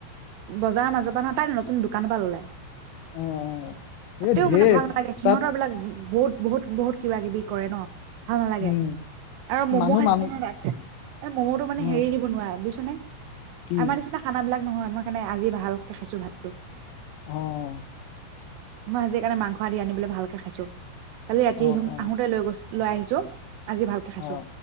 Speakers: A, on the right (about 75°); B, on the left (about 85°).
A: বজাৰৰ মাজৰ পৰা নহয়, তাই নতুন দোকানৰ পৰা ল'লে।
B: অ অ এ
A: তেওঁ
B: ঢেৰ
A: মানে ভাল নালাগে সিহঁতৰবিলাক
B: তাত
A: বহুত বহুত বহুত কিবা কিবি কৰে ন। ভাল নালাগে
B: উম।
A: আৰু ম'ম'
B: মানুহ
A: খাইছিলো
B: মান
A: নহয় তাত ম'ম'টো মানে
B: উম
A: হেৰি দি বনোৱা বুজিছনে।
B: কি
A: আমাৰ নিচিনা খানাবিলাক নহয় মই সেইকাৰণে আজি ভালকে খাইছো ভাতটো।
B: অ'।
A: মই আজি সেইকাৰণে মাংস আদি আনি বোলো ভালকে খাইছো কালি ৰাতি
B: অ অ
A: আহোতে লৈ গৈছ লৈ আহিছো আজি ভালকে খাইছো,
B: অ